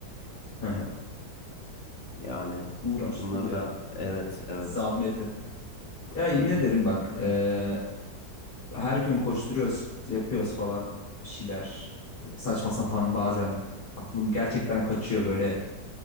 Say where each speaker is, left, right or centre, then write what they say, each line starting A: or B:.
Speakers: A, on the left; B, on the left.
A: Hı hı.
B: Yani
A: Uğraştır
B: bunları
A: ya.
B: da evet evet.
A: Zahmet hep. Ya
B: <clears throat>
A: yemin ederim bak eee, her gün koşturuyoruz yapıyoruz falan bir şeyler. Böyle Saçma sapan bazen aklım gerçekten kaçıyor böyle